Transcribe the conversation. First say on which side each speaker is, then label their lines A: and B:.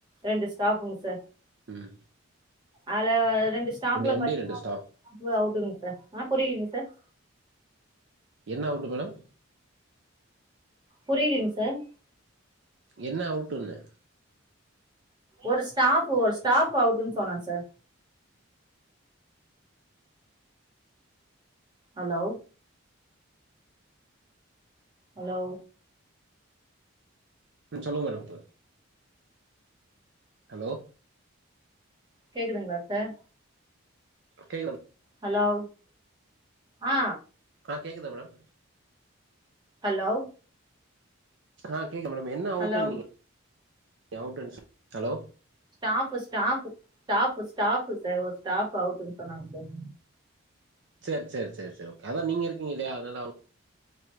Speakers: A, on the right (about 20°); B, on the right (about 55°).
A: ரெண்டு ஸ்டாஃப்புங்க சார்
B: ம்
A: அதேல ரெண்டு ஸ்டாப்ல
B: எம்
A: பாத்திங்கன்னா
B: டி ரெண்டு ஸ்டாஃப்
A: ஒரு ஸ்டாஃப்பு அவுட்டுங்க சார் அ புரிலீங்க சார்
B: என்ன அவுட்டு மேடம்
A: புரிலீங் சார்
B: என்ன அவுட்டுன்னு
A: ஒரு ஸ்டாஃப் ஒரு ஸ்டாஃப் அவுட்டுன்னு சொன்ன சார் ஹலோ ஹலோ
B: சொல்லுங்க மேடம் இப்ப ஹலோ
A: கேக்குதுங்ளா சார்
B: கேக்குது
A: ஹலோ ஆ
B: ஆ கேக்குதா மேடம்
A: ஹலோ
B: ஆ கேக்குது மேடம் என்ன அவுடுன்னீங்க
A: ஹலோ
B: <unintelligible> அவுட்டுனு சொன் hello
A: staff staff staff staff sir ஒரு ஸ்டாஃப் அவுட்டுனு சொன்னாங்க சார்
B: செர் செர் செர் சேரி ஓகே அதா நீங்க இருக்கீங்கல்லையா அதனால